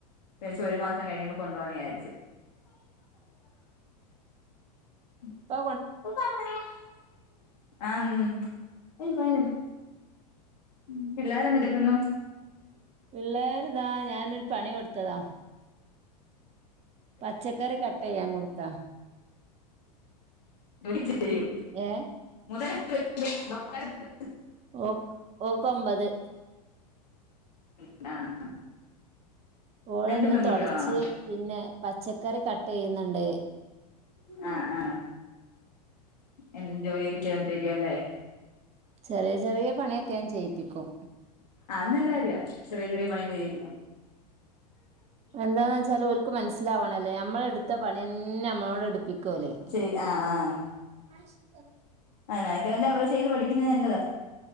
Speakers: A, on the left; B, on the right.
A: വിചാരിച്ച് ഒരു മാസം കഴിയുമ്പൊ കൊണ്ടു പോകാന്ന് വിചാരിച്ച് ഉം
B: ഇപ്പ
A: <unintelligible> ഉം പിള്ളേര് എന്തെടുക്കുന്നു
B: പിള്ളേര് ദാ ഞാനൊരു പണി കൊടുത്തതാ പച്ചക്കറി കട്ട് ചെയ്യാൻ കൊടുത്തതാ
A: ജോലി ഒക്കെ ചെയ്യുവോ
B: ഏഹ്
A: <unintelligible>
B: ഓ ഓക്കൊമ്പത്
A: <unintelligible>
B: ഓളൊന്ന്
A: രണ്ടും പെൺകുട്ടികളാണോ
B: തൊടച്ച് പിന്നെ പച്ചക്കറി കട്ട് ചെയ്യുന്നുണ്ട്
A: ആഹ് ആഹ് എന്നും ജോലിയൊക്കെ ചെയ്തൊണ്ടിരിക്കുവല്ലേ
B: ചെറിയ ചെറിയ പണിയൊക്കെ ഞാൻ ചെയ്യിപ്പിക്കും
A: അത് നല്ല കാര്യവാ ചെറിയ ചെറിയ പണികൾ ചെയ്യിക്കുന്ന
B: എന്താന്ന് വെച്ചാല് ഓൽക്ക് മനസ്സിലാവണല്ലോ ഞമ്മളെടുത്ത പണി തന്ന നമ്മളോട് എടുപ്പിക്കുവോല്
A: ശരി ആഹ് ആഹ്
B: <unintelligible>
A: ആ <unintelligible> അവര് ചെയ്ത് പഠിക്കുന്നത് നല്ലതാ